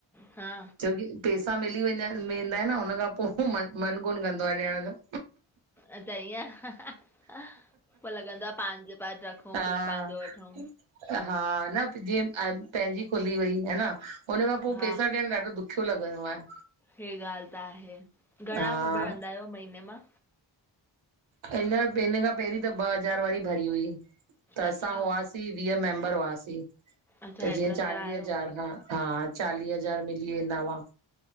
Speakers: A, in the centre; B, on the right.
A: हा
B: छोकी पैसा मिली वेंदा आयन न हुनन खां पो म मन कोन कंदो आहे ॾियण जो।
A: अच्छा ईय ह ह है। पो लॻंदो आहे पांजे पास रखूं
B: हा
A: कुझु पंहिंजो वठयूं।
B: हा न जीअ पंहिंजी खुली वई हे ना हुन खां पोइ
A: हा
B: पेसा ॾियण ॾाढो दुख छो लॻंदो आहे?
A: हे ॻाल त आहे घणा
B: हा
A: बि भरंदा आयो महीने मां?
B: हींजर हिन खां पहिरीं त ॿ हज़ार वारी भरी हुई त
A: अच्छा
B: असां हुआसीं। वीह मेंबर हुआसीं त
A: अच्छा हेतिरा
B: जीअं चालीह
A: सारा आहियो
B: हज़ार हा हा। चालीह हज़ार मिली वेंदा हुआ